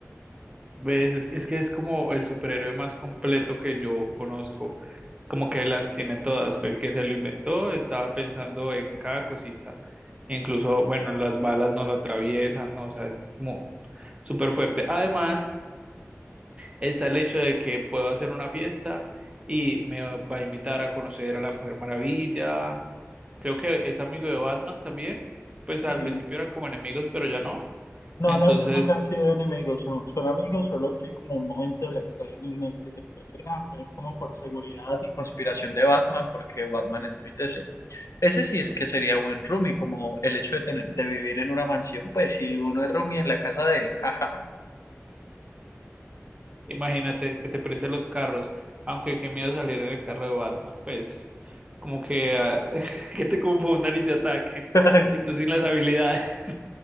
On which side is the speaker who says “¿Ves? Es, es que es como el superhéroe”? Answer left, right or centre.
Right